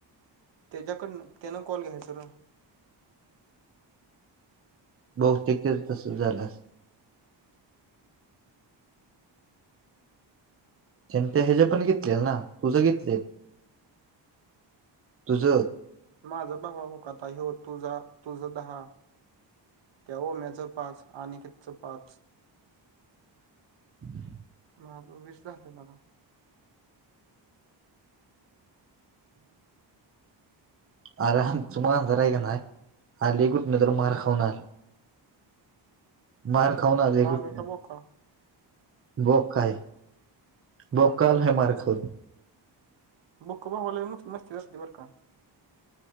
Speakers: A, on the right; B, on the right.
A: त्याच्याकडन त्याना कॉल घ्याय सर
B: बौतेिकच तसं झालं जनंत हज पण घेतलेल ना तुझ घेतलेत तुझ
A: माझं भावा हो का आता हे हो तुझा तुझ दहा त्या म्याचं पाच आणि च पाच.
B: ह
A: म वीस झाले मला
B: आरम तु मग जरा आहे का नाही, आली कुठ नाही, तर मार
A: हम्म
B: खाऊन आली मार खाऊन आले
A: माझा
B: कुठणे
A: का बोका
B: बॉक काय बकाल
A: हा
B: ह मार खड
A: बुक ब होले म मस्तती बर का